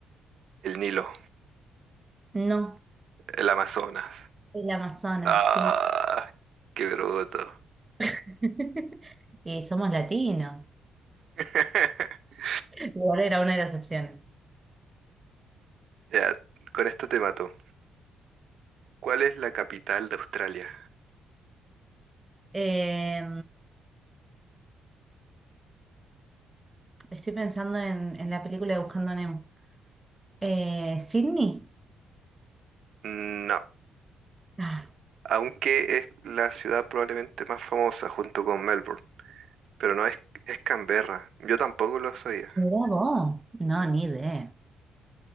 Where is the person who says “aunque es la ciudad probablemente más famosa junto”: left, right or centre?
Right